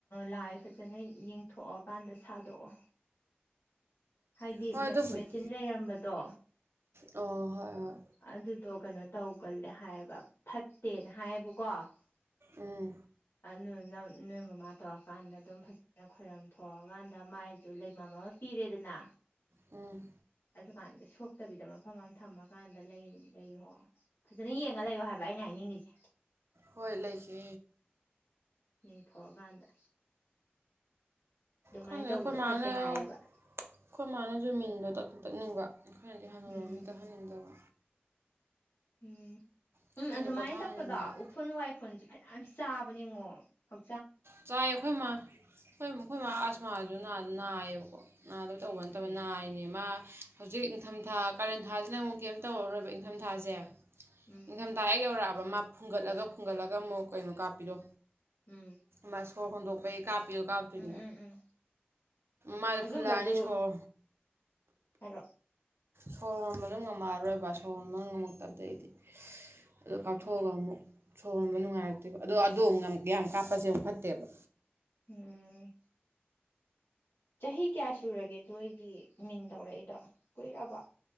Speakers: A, on the left (about 80°); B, on the right (about 85°).
A: ꯂꯥꯏ ꯐꯖꯅ ꯌꯦꯡꯊꯣꯛꯑꯀꯥꯟꯗ ꯁꯥꯗꯣꯛꯑꯣ꯫ ꯍꯥꯏꯗꯤ
B: ꯍꯣꯏ ꯑꯗꯨꯕꯨꯗꯤ
A: ꯃꯦꯆꯤꯟ ꯂꯩꯔꯝꯕꯗꯣ꯫
B: ꯑꯣ ꯍꯣꯏ ꯍꯣꯏ
A: ꯑꯗꯨꯗꯣ ꯀꯩꯅꯣ ꯇꯧꯒꯜꯂꯦ ꯍꯥꯏꯌꯦꯕꯥ ꯐꯠꯇꯦꯅ ꯍꯥꯏꯌꯦꯕꯀꯣ ꯑꯥꯅꯨ
B: ꯎꯝ
A: ꯑꯗꯨ ꯅꯣꯏ ꯃꯃꯥ ꯇꯧꯔꯀꯥꯟꯗ ꯑꯗꯨꯝ ꯐꯖꯅ ꯈꯣꯏꯔꯝ ꯊꯣꯛꯀꯥꯟꯗ ꯃꯥꯏꯁꯨ ꯂꯩꯃꯝ ꯑꯃ ꯄꯤꯔꯦꯗꯅ
B: ꯎꯝ
A: ꯗꯨꯀꯥꯟꯗ ꯁꯣꯛꯇꯕꯤꯗ ꯃꯐꯝ ꯑꯃ ꯊꯝꯃꯒ ꯗꯨꯀꯥꯟꯗ ꯂꯩ ꯂꯩꯌꯣ ꯍꯣ ꯐꯖꯅ ꯌꯦꯡꯉ ꯂꯩꯌꯣ ꯍꯥꯏꯕ ꯑꯩꯅ ꯍꯥꯏꯅꯤꯡꯉꯤꯁꯦ
B: ꯍꯣꯏ ꯂꯩꯈꯤ
A: ꯌꯦꯡꯊꯣꯛꯑꯀꯥꯟꯗ꯫ ꯑꯗꯨꯃꯥꯏꯅ
B: ꯈꯪꯉꯦ
A: ꯇꯧꯕꯗꯣ
B: ꯑꯩꯈꯣꯏ ꯃꯅ
A: ꯐꯠꯇꯦ
B: ꯑꯩꯈꯣꯏ
A: ꯍꯥꯏꯌꯦꯕ
B: ꯃꯥꯅꯁꯨ ꯃꯤꯟꯗꯣ ꯇꯛꯇꯤ ꯇꯛꯅꯤꯡꯕ꯫ ꯑꯩꯈꯣꯏꯅꯗꯤ ꯍꯅꯨꯔꯝꯅꯤꯅ
A: ꯎꯝ
B: ꯇꯛꯍꯟꯅꯤꯡꯗꯕ
A: ꯎꯝ
B: ꯑꯩꯈꯣꯏꯅꯗꯤ
A: ꯎꯝ ꯑꯗꯨꯃꯥꯏꯅ
B: ꯄꯣꯊꯥꯍꯟꯅꯤꯡꯉꯕ
A: ꯇꯛꯄꯗꯣ ꯎꯐꯣꯟ ꯋꯥꯏ ꯐꯨꯟꯁꯨ ꯐꯠ ꯌꯥꯝ ꯆꯥꯕꯅꯤꯉꯣ ꯍꯧ
B: ꯆꯥꯏ ꯑꯩꯈꯣꯏ ꯃꯥ ꯑꯩꯈꯣꯏ ꯑꯩꯈꯣꯏ ꯃꯥ ꯑꯁ ꯃꯥꯖꯨ ꯅꯥꯗ ꯅꯥꯏꯌꯦꯕꯀꯣ ꯅꯥꯗꯕ ꯇꯧꯕ
A: ꯑꯗꯨꯅꯦ
B: ꯅꯠꯇꯕ ꯅꯥꯔꯤꯅꯦ ꯃꯥ ꯍꯧꯖꯤꯛ ꯏꯪꯊꯝꯊꯥ ꯀꯥꯔꯦꯟ ꯊꯥꯁꯤꯅ ꯑꯃꯨꯛ ꯀꯩꯝ ꯇꯧꯔꯔꯣꯏꯕ ꯏꯪꯊꯝꯊꯥꯁꯦ
A: ꯎꯝ
B: ꯅꯤꯡꯊꯝꯊꯥ ꯍꯦꯛ ꯌꯧꯔꯛꯑꯕ ꯑꯕ ꯃꯥ ꯐꯨꯡꯒꯠꯂꯒ ꯐꯨꯡꯒꯠꯂꯒ ꯑꯃꯨꯛ ꯀꯩꯅꯣ ꯀꯥꯞꯄꯤꯗꯣ
A: ꯎꯝ
B: ꯃꯥ ꯁꯣꯔ ꯍꯣꯟꯗꯣꯛꯄꯩ ꯀꯥꯞꯄꯤꯌꯣ ꯀꯥꯞꯇꯣꯏꯅꯦ
A: ꯎꯝ ꯎꯝ ꯎꯝ
B: ꯃꯥꯗꯤ
A: ꯑꯗꯨꯝꯕꯁꯨ
B: ꯐꯨꯜꯂꯛꯑꯅꯤ ꯁꯣꯔ
A: ꯍꯥꯏꯔꯣ
B: ꯁꯣꯔ ꯍꯣꯟꯕꯁꯨ ꯉꯝꯃꯛꯑꯔꯣꯏꯕ ꯁꯣꯔ ꯍꯣꯟꯕ ꯉꯝꯃꯛꯇꯕꯗꯩꯗꯤ ꯑꯗꯣ ꯀꯥꯞꯊꯣꯛꯑꯒ ꯑꯃꯨꯛ ꯁꯣꯍꯣꯟꯕ ꯅꯨꯡꯉꯥꯏꯔꯛꯇ꯭ꯔꯤꯕ ꯑꯗꯣ ꯑꯗꯨ ꯌꯥꯝ ꯀꯥꯞ ꯐꯖꯦꯡ ꯐꯠꯇꯦꯕ꯫
A: ꯎꯝ ꯆꯍꯤ ꯀꯌꯥ ꯁꯨꯔꯒꯦꯗꯣ ꯑꯩꯒꯤ ꯃꯤꯟ ꯇꯧꯔꯛꯏꯗꯣ ꯀꯨꯏꯔꯕꯣ